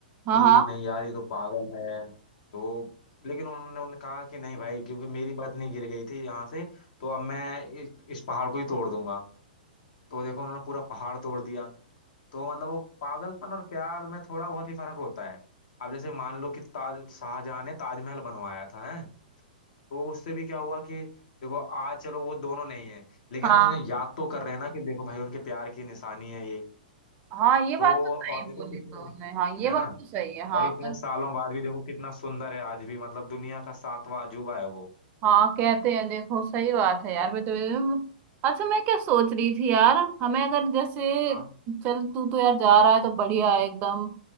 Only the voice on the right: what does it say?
हाँ
हाँ
हाँ
हाँ ये बात
तो सही
बोली
तुमने हाँ ये
बात
तो सही है हाँ
पर
हाँ कहते हैं देखो सही बात है यार मैं तो अच्छा मैं क्या सोच रही थी यार हमें अगर जैसे
चल तू तो यार जा रहा है तो बढ़िया है एकदम